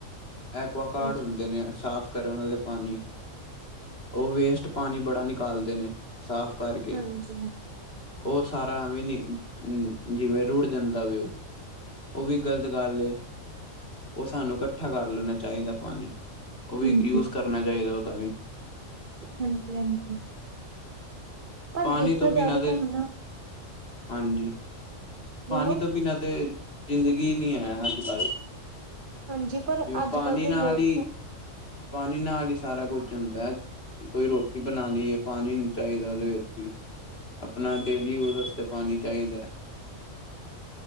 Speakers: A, on the left; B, on the right.
A: ਐਕੁਆਕਾਰਡ
B: ਹਾਂਜੀ
A: ਹੁੰਦੇ ਨੇ ਇਹ ਸਾਫ਼ ਕਰਨ ਵਾਲੇ ਪਾਨੀ ਉਹ ਵੇਸਟ ਪਾਨੀ ਬੜਾ ਨਿਕਾਲਦੇ ਨੇ ਸਾਫ਼ ਕਰਕੇ
B: ਹਾਂਜੀ
A: ਉਹ ਸਾਰਾ ਐਵੇ ਨ ਜਿਵੇਂ ਰੁੜ ਜਾਂਦਾ ਵੇ ਉਹ ਉਹ ਵੀ ਗ਼ਲਤ ਗੱਲ ਏ ਉਹ ਸਾਨੂੰ ਇਕੱਠਾ ਕਰ ਲੈਣਾ ਚਾਹੀਦਾ ਪਾਨੀ ਉਹ ਵੀ
B: ਹਾਂਜੀ,
A: ਯੂਜ ਕਰਨਾ ਚਾਹੀਦਾ ਉਹਦਾ ਵੀ
B: ਹਾਂਜੀ ਹਾਂਜੀ। ਪਰ
A: ਪਾਨੀ
B: ਦੇਖਿਆ
A: ਤੋਂ ਬਿਨਾਂ
B: ਜਾਵੇ
A: ਤੇ,
B: ਤਾਂ ਹਨਾ
A: ਹਾਂਜੀ ਪਾਨੀ
B: ਬੋਲੋ
A: ਤੋਂ ਬਿਨਾਂ ਤੇ ਜ਼ਿੰਦਗੀ ਈ ਨੀ ਹੈ ਅੱਜ ਕੱਲ।
B: ਹਾਂਜੀ ਪਰ
A: ਜਵੇਂ
B: ਅੱਜ
A: ਪਾਨੀ
B: ਕੱਲ ਦੇ
A: ਨਾਲ
B: ਲੋਕ
A: ਹੀ
B: ਤਾਂ
A: ਪਾਨੀ ਨਾਲ ਈ ਸਾਰਾ ਕੁਛ ਹੁੰਦਾ ਹੈ, ਕੋਈ ਰੋਟੀ ਬਨਾਣੀ ਹੈ ਪਾਨੀ ਚਾਈਦਾ ਉਹਦੇ ਵਿੱਚ ਵੀ ਆਪਣਾ ਡੇਲੀ ਯੂਜ ਵਾਸਤੇ ਪਾਨੀ ਚਾਈਦਾ।